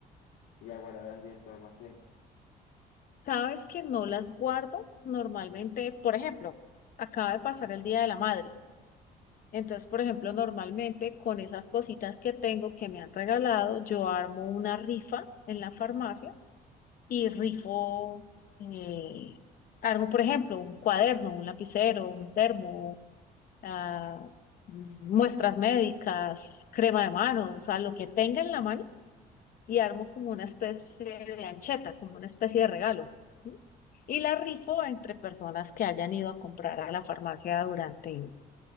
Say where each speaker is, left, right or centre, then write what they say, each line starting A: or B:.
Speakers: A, on the left; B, on the left.
A: ya guardadas ya en tu almacén.
B: sabes que no las guardo normalmente, por ejemplo, acaba de pasar el Día de la Madre. Entonces, por ejemplo, normalmente con esas cositas que tengo que me han regalado, yo armo una rifa en la farmacia y rifo eh, armo, por ejemplo, un cuaderno, un lapicero, un termo, ah, muestras médicas, crema de manos, o sea, lo que tenga en la mano y armo como una especie de ancheta, como una especie de regalo. ¿sí? Y la rifo entre personas que hayan ido a comprar a la farmacia durante